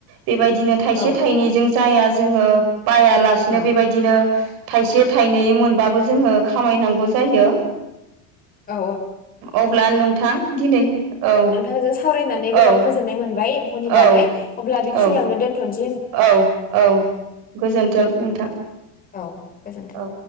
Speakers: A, on the right (about 50°); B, on the left (about 20°).
A: बेबायदिनो थाइसे
B: औ
A: थाइनैजों जाया। जोङो। बायालासिनो
B: औ
A: बेबायदिनो थाइसे थाइनै मोनबाबो जोङो। खामायनांगौ जायो।
B: औ
A: अब्ला नोंथां दिनै औ।
B: नोंथांजों सावरायनानै गोबां
A: औ
B: गोजोन्नाय मोनबाय एम्फौनि बागै
A: औ
B: अब्ला बेखिनियावनो
A: औ
B: दोन्थ'नोसै।
A: औ औ गोजोनथों। नोंथां।
B: औ। गोजोन्थों।
A: औ